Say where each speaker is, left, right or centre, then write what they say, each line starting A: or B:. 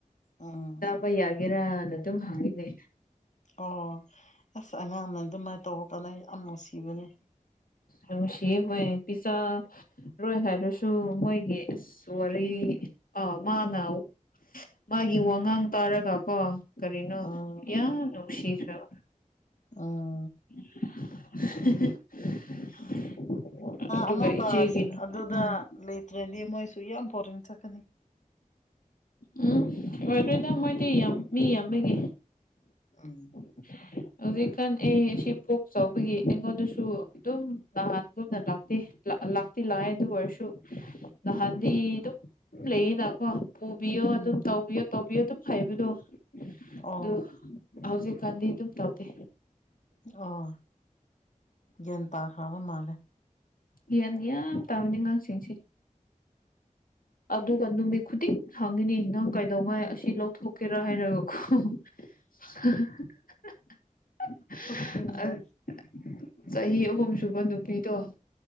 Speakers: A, on the left; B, on the left.
A: ꯑ
B: ꯕꯩ ꯌꯥꯒꯦꯔꯥꯅ ꯑꯗꯨꯝ ꯍꯪꯉꯅꯦ
A: ꯑꯣ ꯑꯁ ꯑꯉꯥꯡꯅ ꯑꯗꯨꯃꯥꯏꯅ ꯇꯧꯕꯔ ꯀꯥꯟꯩ ꯌꯥꯝ ꯅꯨꯡꯁꯤꯕꯅꯦ
B: ꯑ ꯁꯤ ꯍꯣꯏ ꯄꯤꯁꯥ ꯔꯣꯏ ꯍꯥꯏꯔꯁꯨ ꯑꯗꯨ ꯃꯣꯏꯒꯤ ꯁꯔꯤ ꯑ ꯃꯥꯅ ꯃꯥꯒꯤ ꯋꯥꯉꯥꯡ ꯇꯥꯔꯒꯀꯣ ꯀꯔꯤꯅꯣ
A: ꯑꯥ
B: ꯌꯥꯝ ꯅꯨꯡꯁꯤꯈ꯭ꯔꯕ
A: ꯑ
B: <unintelligible> ꯑꯗꯨꯒ
A: ꯑꯃꯨꯛꯀ
B: ꯏꯆꯦꯒꯤ
A: ꯑꯗꯨꯗ
B: ꯎꯝ
A: ꯂꯩꯇ꯭ꯔꯗꯤ ꯃꯣꯏꯁꯨ ꯌꯥꯝ ꯕꯣꯔꯤꯡ ꯆꯠꯀꯅꯤ
B: ꯎꯝ ꯂꯣꯏꯈ꯭ꯔꯦꯗ ꯃꯣꯏꯗꯤ ꯌꯥꯝ ꯃꯤ ꯌꯥꯝꯕꯒꯤ
A: ꯎꯝ
B: <unintelligible> ꯍꯧꯖꯤꯛꯀꯥꯟ ꯑꯩ ꯁꯤ ꯄꯣꯛ ꯆꯥꯎꯕꯒꯤ ꯑꯩꯉꯣꯟꯗꯁꯨ ꯑꯗꯨꯝ ꯅꯍꯥꯟꯒꯨꯝꯅ ꯂꯥꯛꯇꯦ ꯇꯤ ꯂꯥꯛꯑ ꯑꯗꯨ ꯑꯣꯏꯔꯁꯨ ꯅꯍꯥꯟꯗꯤ ꯑꯗꯨꯝ ꯂꯩꯌꯦꯅꯀꯣ ꯄꯨꯕꯤꯌꯣ
A: ꯎꯝ
B: ꯑꯗꯨꯝ ꯇꯧꯕꯤꯌꯣ ꯇꯧꯕꯤꯌꯣ ꯑꯗꯨꯝ ꯍꯥꯏꯕꯗꯣ
A: ꯑꯣ
B: ꯑꯗꯨ ꯍꯧꯖꯤꯛ ꯀꯗꯤꯤ ꯑꯗꯨꯝ ꯇꯧꯗꯦ
A: ꯑꯣ ꯒꯟ ꯇꯥꯈ꯭ꯔꯕ ꯃꯥꯜꯂꯦ
B: ꯌꯦ ꯇꯕꯅꯤꯡꯉ ꯁꯤꯁꯤꯦ ꯑꯗꯨꯒ ꯅꯨꯃꯤꯠ ꯈꯨꯗꯤꯡ ꯍꯪꯉꯤꯅꯤ ꯅꯪ ꯀꯩꯗꯧꯉꯥꯏ ꯑꯁꯤ ꯂꯧꯊꯣꯛꯀꯦꯔꯥ ꯍꯥꯏꯔꯒꯀꯣ <unintelligible>
A: ꯑꯁꯦꯡꯕ
B: ꯆꯍꯤ ꯑꯍꯨꯝ ꯁꯨꯕ ꯅꯨꯄꯤꯗꯣ